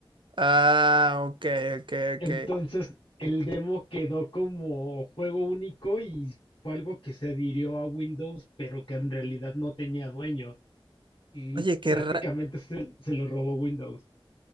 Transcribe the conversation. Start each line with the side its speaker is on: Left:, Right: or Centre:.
Right: Ah, ok, ok, ok.
Left: Entonces, el demo quedó como juego único y fue algo que se adhirió a Windows, pero que en realidad no tenía dueño. Y
Right: Oye, qué
Left: prácticamente
Right: raro.
Left: se, se lo robó Windows.